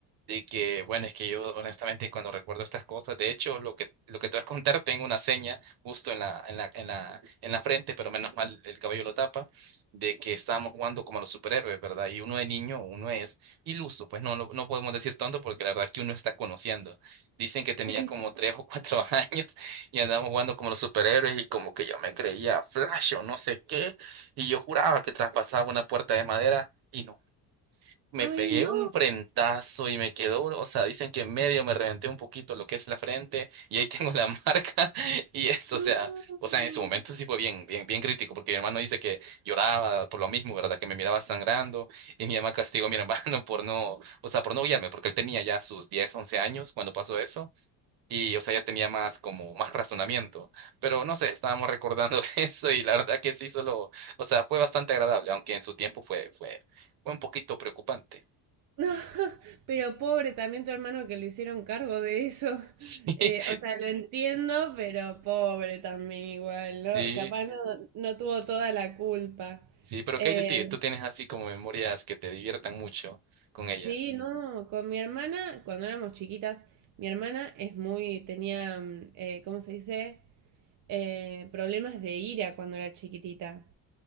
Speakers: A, on the right; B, on the right.
A: de que, bueno, es que yo honestamente cuando recuerdo estas cosas, de hecho, lo que, lo que te voy a contar, tengo una seña justo en la, en la, en la, en la frente, pero menos mal el cabello lo tapa, de que estábamos jugando como los superhéroes, ¿verdad? Y uno de niño, uno es iluso, pues no, lo- no podemos decir tonto porque la verdad que uno está conociendo. Dicen que tenía
B: Sí.
A: como tres o cuatro <laughs> años y andábamos jugando como los superhéroes y como que yo me creía Flash o no sé qué. Y yo juraba que traspasaba una puerta de madera y no. Me
B: Ay,
A: pegué
B: no,
A: un frentazo y me quedó, o sea, dicen que en medio me reventé un poquito lo que es la frente y ahí tengo la <laughs> marca y eso,
B: no.
A: o sea, o sea, en su momento sí fue bien, bien, bien crítico porque mi hermano dice que lloraba por lo mismo, ¿verdad? Que me miraba sangrando y mi mamá castigó a mi <laughs> hermano por no, o sea, por no guiarme porque él tenía ya sus 10 11 años cuando pasó eso y, o sea, ya tenía más como más razonamiento. Pero no sé, estábamos recordando <laughs> eso y la verdad que sí, solo, o sea, fue bastante agradable, aunque en su tiempo fue, fue, fue un poquito preocupante.
B: No, <laughs> pero pobre también tu hermano que lo hicieron cargo de eso.
A: <laughs>
B: <laughs> Eh,
A: Sí,
B: o sea, lo entiendo, pero pobre también igual, ¿no?
A: sí,
B: Capaz no, no tuvo toda la culpa.
A: sí, pero
B: Eh,
A: ¿qué hay de ti? ¿Tú tienes así como memorias que te diviertan mucho con
B: Sí,
A: ella?
B: no, con mi hermana, cuando éramos chiquitas, mi hermana es muy, tenía, mm, eh, ¿cómo se dice? Eh, problemas de ira cuando era chiquitita.